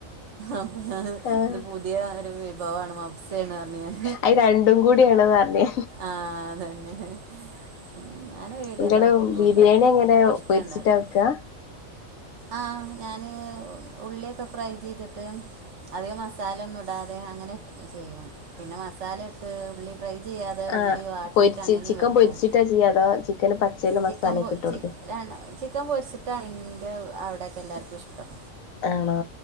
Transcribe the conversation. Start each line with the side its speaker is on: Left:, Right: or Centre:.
Right: അപ്പ ഞ
Left: ആഹ്
Right: ഇത് പുതിയ ഒരു വിഭവാണ് മാബ് സെണു പറഞ്ഞു ഞാൻ
Left: അത് രണ്ടും കൂടിയാണ്ന്ന് പറഞ്ഞ്
Right: ആ അതെന്നെ ഉം ഞൻ ഒരു വിധിലാഫുഡും
Left: നിങ്ങള് ബിരിയാണി
Right: ഉണ്ടാക്കും
Left: എങ്ങനെ
Right: എനിക്കിഷ്ട
Left: പൊരിച്ചിട്ടാ
Right: ഇണ്ടാക്ണെ
Left: വെക്കാ
Right: ആഹ് ഞൻ ഉള്ളിയൊക്കെ ഫ്രൈ ചെയ്തിട്ട് അധികം മസാല ഒന്നും ഇടാതെ അങ്ങനെ ചെയ്യും പിന്നെ മസാലട്ട് ഉള്ളി ഫ്രൈ ചെയ്യാതെ
Left: ആഹ്
Right: ഉള്ളി വാട്ടീട്ടങ്ങനി
Left: പൊരിച്ച് ചിക്കൻ
Right: വെക്കും
Left: പൊരിച്ചിട്ടാ ചെയ്യാ അതോ ചിക്കന് പച്ചേല് മസാലയൊക്കെ
Right: ചിക്കൻ പൊ
Left: ഇട്ട് കൊടുക്കെ
Right: ചി ആണൊ ചിക്കൻ പൊര്ച്ചിട്ടാണിന്റെ അവ്ടെക്കെല്ലാർക്കുഷ്ടം
Left: ആണോ